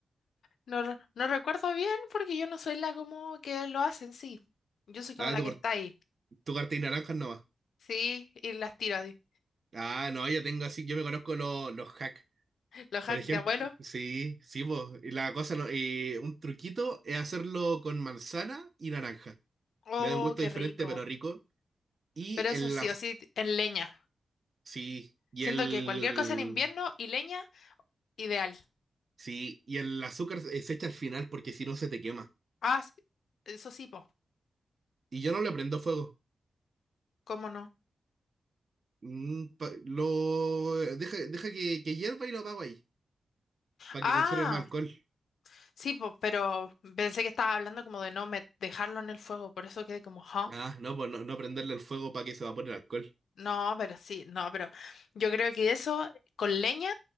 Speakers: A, on the left (about 80°); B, on the right (about 55°).
A: No, re- no recuerdo bien porque yo no soy la como que lo hacen, sí. Yo soy como
B: Ah,
A: la
B: tu,
A: que
B: cor-
A: está ahí.
B: tu cartilla naranja no va.
A: Sí, y las tiro. así.
B: Ah, no, yo tengo así, yo me conozco los, los hacks.
A: Los
B: Por
A: hacks
B: ejemplo,
A: de abuelo.
B: sí, sí, vos. Y la cosa no, y un truquito es hacerlo con manzana y naranja.
A: Oh,
B: Le da un gusto
A: qué
B: diferente,
A: rico.
B: pero rico. Y
A: Pero eso
B: el,
A: sí
B: las-
A: o sí, en leña.
B: sí, y
A: Siento
B: el
A: que cualquier cosa en invierno y leña, ideal.
B: Sí, y el azúcar se se echa al final porque si no se te quema.
A: Ah, s- eso sí, po.
B: Y yo no le prendo fuego.
A: ¿Cómo no?
B: Mm, pa- lo eh, deja, deja que, que hierva y lo apago ahí, para
A: Ah,
B: que conserve más alcohol.
A: sí, po, pero pensé que estabas hablando como de no me- dejarlo en el fuego, por eso quedé como, ¿huh?
B: Ah, no, pues no, no prenderle el fuego para que se evapore el alcohol.
A: No, pero sí, no, pero yo creo que eso con leña,